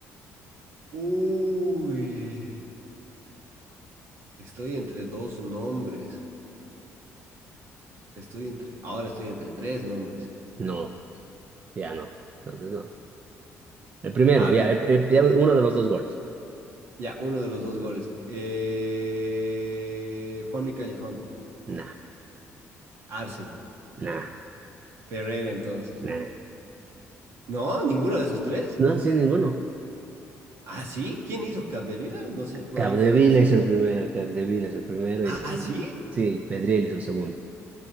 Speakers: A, on the right; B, on the right.
A: Uy, estoy entre dos nombres. Estoy entre, ahora estoy entre tres nombres.
B: No, ya no. Entonces no. El primero,
A: A ver,
B: ya, el- el- ya uno de los dos goles.
A: ya, uno de los dos goles. Eh, Juanmi Callejón,
B: Nah,
A: Arce,
B: nah,
A: Ferreira entonces.
B: nah.
A: No, ninguno de esos tres.
B: No, sí, ninguno.
A: ¿Ah, sí? ¿Quién hizo Capdevila? No sé, por
B: Capdevila
A: ahí para decir
B: hizo
A: nombre.
B: el primero, Capdevila hizo el primero
A: ¿Ah,
B: y el segundo.
A: sí?
B: Sí, Pedriel hizo el segundo.